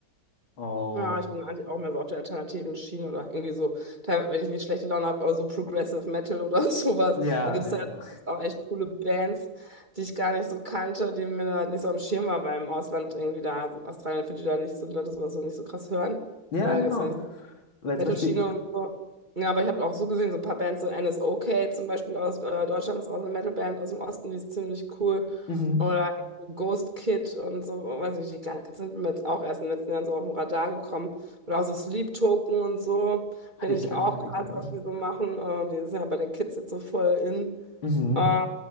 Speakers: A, on the left; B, on the right.
A: Auch
B: Ja, ich bin eigentlich auch mehr so auf der alternativen Schiene oder irgendwie so, teilweise, wenn ich nicht schlechte Laune habe, aber so Progressive Metal oder <laughs> sowas.
A: Ja,
B: Da gibt
A: ja,
B: es ja
A: ja.
B: auch echt coole Bands, die ich gar nicht so kannte, die mir halt nicht so am Schirm war, weil im Ausland irgendwie da, Australien und Fidschi da nicht so, die Leute sowas so nicht so krass hören.
A: Ja,
B: Da
A: genau.
B: gibt es ja
A: Weil
B: Metal-Schiene
A: zum Beispiel,
B: und so. Ja, aber ich habe auch so gesehen, so ein paar Bands, so NSOK zum Beispiel aus äh, Deutschland ist auch so eine Metal-Band aus dem Osten, die ist ziemlich cool.
A: mhm.
B: Oder Ghost Kid und so, weiß nicht, die kleinen Kids sind mir jetzt auch erst in den letzten Jahren so auf dem Radar gekommen. Oder auch so Sleep Token und so,
A: Ah,
B: finde
A: die kenne
B: ich auch
A: ich alle
B: krass,
A: gar nicht.
B: was die so machen. Äh, die sind ja bei den Kids jetzt so voll in.
A: Mhm.
B: Äh,